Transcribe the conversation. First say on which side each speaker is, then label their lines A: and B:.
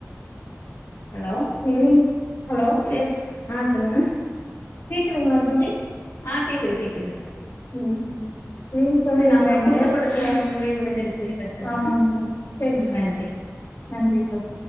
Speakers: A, on the left; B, on the left.
A: ஹலோ
B: ம் ஹலோ
A: பேஸ் ஆ சொல்லுங்க
B: கேக்குதுங்களா தோழி
A: ஆ கேக்குது கேக்குது
B: ம் செரிங் தோழி
A: சரி
B: உங்க
A: நம்மள
B: நேர
A: குடுக்கப்பட்ட முடிவு
B: <inaudible>
A: முடிஞ்சிருச்சு வச்சர்றே
B: ஆமாங்க தோழி செரிங்க
A: நன்றி
B: <inaudible> நன்றி தோழி